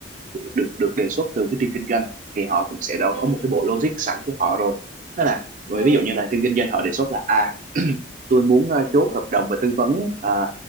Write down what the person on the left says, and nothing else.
ừ,
ừ,
ừ,
ừ,
ừ,
ừ,